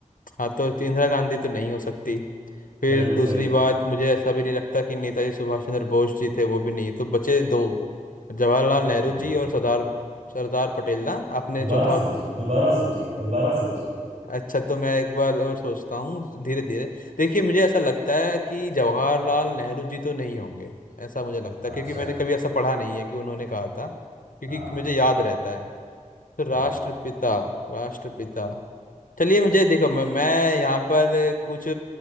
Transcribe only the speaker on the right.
बिल्कुल
सही
हम्म
दोबारा
सोचिए दोबारा सोचिए दोबारा सोचिए
अच्छा
हाँ
हम्म